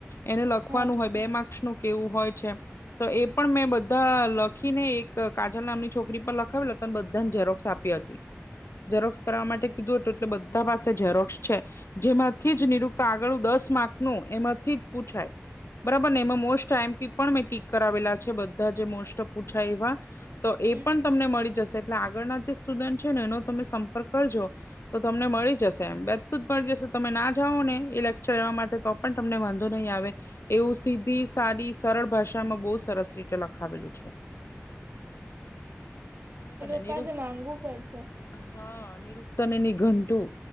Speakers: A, on the left; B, on the right.
A: એને લખવાનું
B: હા
A: હોય બે માક નું કેવું હોય છે? તો એ પણ મેં બધા લખીને એક કાજલ નામની છોકરી પર લખાવી હતો અને બધાને ઝેરોક્સ આપી હતી. ઝેરોક્સ કરવા માટે કીધું હતું એટલે બધા પાસે ઝેરોક્સ છે. જેમાંથી જ નિરુક્ત આગળ દસ માર્ક ન એમાંથી જ પૂછાય બરાબર ને એમાં મોસ્ટ આઈમપી પણ મેં ટીક કરાવેલા છે બધા જે મોસ્ટ પૂછાય એવા તો એ
B: હમ
A: પણ તમને મળી જશે એટલે આગળના જે સ્ટુડન્ટ છે ને એનો તમે સંપર્ક કરજો તો તમને મળી જશે એમ બેધું જ મળી જશે તમે ના જાઓ ને એ લેક્ચર એવા માટે તો પણ તમને વાંધો નહીં આવે એવું સીધી સારી સરળ ભાષામાં બહુ સરસ રીતે લખાવેલું છે. <unintelligible>
B: એ <unintelligible> પડશે
A: હા નિરુક્તને નની ઘંટું